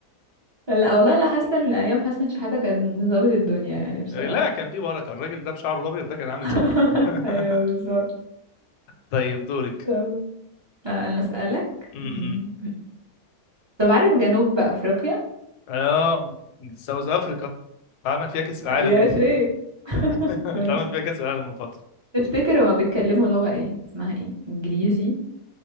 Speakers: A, on the right; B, on the left.
A: لا والله انا حاسة ان ايام حسن شحاتة كان ظابط الدنيا يعني بصراحة
B: لا كان في بركة الراجل ده بشعره الأبيض ده كان عامل
A: <laughs>
B: شغل <laughs>
A: ايوه بالظبط
B: طيب دورك
A: طب انا اسالك
B: م-م.
A: مم. طب عارف جنوب افريقيا
B: اه ساوث أفريقيا اتعمل فيها كأس العالم
A: يا شيخ
B: <laughs> اتعمل
A: ماشي
B: فيها كأس العالم من فترة
A: تفتكر هما بيتكلموا لغة ايه اسمها ايه انجليزي